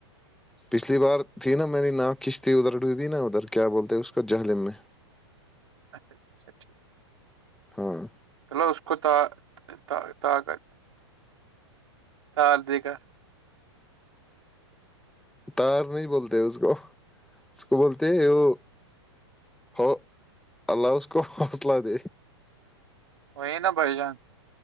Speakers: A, in the centre; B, on the right (about 80°).
A: پچھلی بار تھی نا میری ناؤ کشتی ادھر ڈوبی نا ادھر کیا بولتے اسس کا جہللم میں
B: اچھاا اچھا ٹھیک
A: ہاں
B: چلو اس کو تا طاقت ہاردکا
A: تار نہیں بولتے اس کو اس کو بولتے وہ ہو اللہ اس کو حوصلہ د
B: وہی نا بائی جان